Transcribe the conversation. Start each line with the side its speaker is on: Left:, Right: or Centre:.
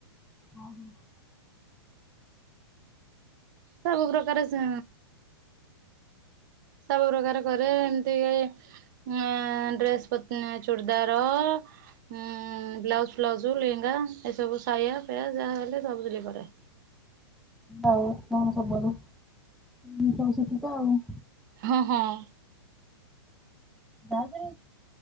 Centre: ହଁ ହଁ।
Right: ସବୁ ପ୍ରକାର ସେ ସବୁ ପ୍ରକାର କରେ ଏମିତି ହଁ ଡ୍ରେସ୍ ପ ଚୁଡ଼ଦାର ଉଁ ବ୍ଲାଉଜ ଫ୍ଲାଉଜ ଲେହେଙ୍ଗା ଏସବୁ ସାୟା ଫାୟ ଯାହା ହେଲେ ସବୁସିଲେଇ କରେ।
Centre: ଆଉ କଣ ଖବର? ହ ସବୁ ଶିଖିଛ ଆଉ।
Right: ହଁ ହଁ।
Centre: ମାନେ